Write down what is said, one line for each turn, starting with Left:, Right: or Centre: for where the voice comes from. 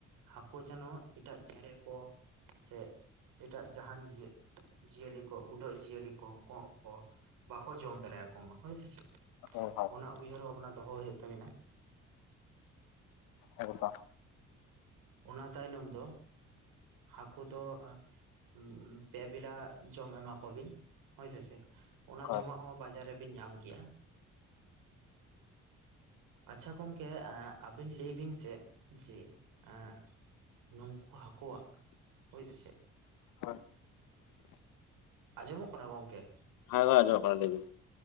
Right: ᱦᱟᱹᱠᱳ ᱡᱮᱱᱚ ᱮᱴᱟᱜ ᱪᱮᱬᱮ ᱠᱚ ᱥᱮ ᱮᱴᱟᱜ ᱡᱟᱦᱟᱱ ᱡᱮᱜ ᱡᱤᱭᱟᱹᱞᱤ ᱠᱚ ᱩᱰᱟᱹᱜ ᱡᱤᱭᱟᱹᱞᱤ ᱠᱚ ᱠᱚᱸᱜ ᱠᱚ ᱵᱟᱠᱚ ᱡᱚᱢ ᱫᱟᱲᱮᱭᱟᱠᱚ ᱢᱟ ᱦᱳᱭ ᱥᱮᱪᱮᱫ
Left: ᱦᱳᱭ ᱦᱳᱭ
Right: ᱚᱱᱟ ᱩᱭᱦᱟᱹᱨ ᱵᱷᱟᱱᱟ ᱫᱚᱦᱚ ᱦᱩᱭᱩᱜ ᱛᱟᱵᱤᱱᱟ
Left: ᱮᱠᱫᱚᱢ
Right: ᱚᱱᱟ ᱛᱟᱭᱱᱚᱢ ᱫᱚ ᱦᱟᱹᱠᱳ ᱫᱚ ᱩᱸ ᱩᱸ ᱯᱮ ᱵᱮᱞᱟ ᱡᱚᱢ ᱮᱢᱟ ᱠᱚ ᱵᱤᱱ ᱦᱳᱭ ᱥᱮ ᱪᱮᱫ ᱚᱱᱟ
Left: ᱦᱳᱭ
Right: ᱡᱚᱢᱟᱜ ᱦᱚᱸ ᱵᱟᱡᱟᱨ ᱨᱮᱵᱤᱱ ᱧᱟᱢ ᱜᱮᱭᱟ ᱟᱪᱪᱷᱟ ᱜᱚᱢᱠᱮ ᱟᱵᱤᱱ ᱞᱟᱹᱭ ᱵᱤᱱ ᱥᱮ ᱡᱮ ᱮᱸ ᱱᱩᱸᱠᱩ ᱦᱟᱹᱠᱳᱣᱟᱜ ᱦᱳᱭ ᱥᱮ ᱪᱮᱫ
Left: <unintelligible>
Right: ᱟᱸᱡᱚᱢᱚᱜ ᱠᱟᱱᱟ ᱜᱚᱝᱠᱮ
Left: ᱦᱚᱭ ᱦᱮᱸ ᱢᱟ ᱟᱡᱚᱢᱚᱜ ᱠᱟᱱᱟ ᱞᱟ. ᱭ ᱵᱮᱱ